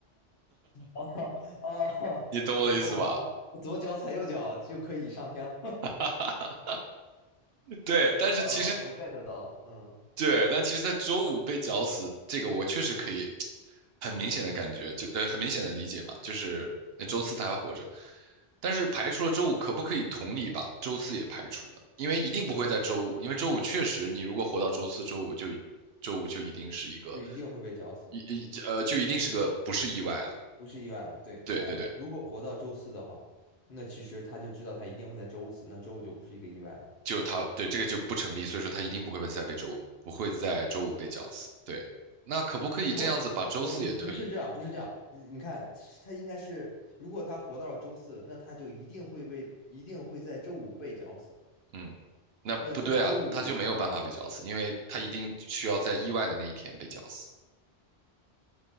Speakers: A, on the left (about 55°); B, on the right (about 70°).
A: <laughs> 哦，
B: 你懂我的意思吧？
A: 呃懂了，左脚踩右脚就可以上天了。
B: <laughs> 对，但是其实
A: 呃，我 get 到了，嗯
B: 对，但其实，在周五被绞死，这个我确实可以很明显的感觉，就呃很明显的理解嘛，就是呃周四他还活着，
A: 嗯，
B: 但是排除了周五，可不可以同理把周四也排除呢？因为一定不会在周五，
A: 我们
B: 因为周五确实，你如果活到周四、周五就周五就一定是一个
A: 就一定会被绞死，
B: 一一呃就一定是个不是意外了。
A: 不是意外了。对，
B: 对对对，
A: 他如果活到周四的话，那其实他就知道他一定会在周五死，那周五就不是一个意外了。
B: 就他对这个就不成立，所以说他一定不会再被周五不会在周五被绞死。对，那可不可以这样子把周四也推？
A: 不，呃，不是，不是这样，不是这样。你你看，他应该是，如果他活到了周四，那他就一定会被，一定会在周五被绞死。
B: 嗯，那不对啊，
A: 那在周五，
B: 他就没有办法被绞死，因为他一定需要在意外的那一天被绞死。